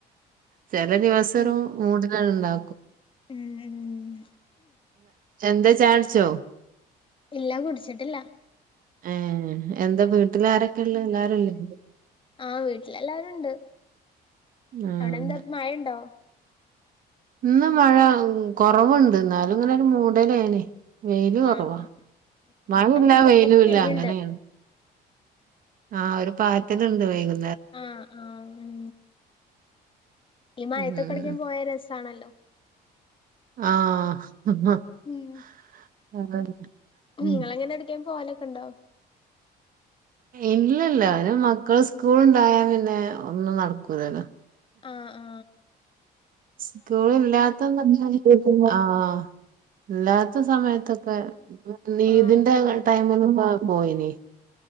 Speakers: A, on the right; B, on the left.
A: ചെല ദിവസോരു
B: ഉം
A: മൂഡ് കണ്ടാ
B: ഉം ഉം
A: എന്താ ചായ കുടിച്ചോ
B: ഇല്ല കുടിച്ചിട്ടില്ല
A: ഏഹ് എന്താ വീട്ടില് ആരൊക്കെ ഉള്ളേ എല്ലാരും ഇല്ലേ
B: ആഹ് വീട്ടിലെല്ലാരും ഉണ്ട്
A: ആഹ്
B: അവിടെ എന്താ മഴയുണ്ടോ
A: ഇന്ന് മഴ കൊറവുണ്ട് എന്നാലും ഇങ്ങനെ ഒരു മൂടലാണെ വെയില് കൊറവാ.
B: ആഹ് ഇവിടെ
A: മഴിം
B: അങ്ങനെ
A: ഇല്ല
B: ചെറുതായിട്ട്
A: വെയിലും ഇല്ല
B: പെയ്യുണ്ട്
A: അങ്ങനെയാണ്. ആഹ് ഒരു പാറ്റല്ണ്ട് വൈകു
B: ആഹ് ആഹ് ഉം ഈ മഴത്തൊട്ക്കെ
A: ഉം
B: പോയാൽ രസ് താണല്ലോ
A: ആഹ് <unintelligible>
B: ഉം
A: ഉം
B: നിങ്ങളങ്ങനെ എവിടേക്കും പോവലൊക്കെ ഉണ്ടോ
A: ഇല്ലല്ല അയ്ന് മക്കള് സ്കൂളുണ്ടായാൽ പിന്നെ ഒന്നും നടക്കൂലല്ലോ
B: ആ ആ
A: സ്‌കൂൾ ഇല്ലാത്തന്ന് <unintelligible> ആഹ് ഇല്ലാത്ത സമയത്തൊക്കെ നീതിന്റെ
B: ആഹ്
A: ടൈമിൽ പ പോയിനി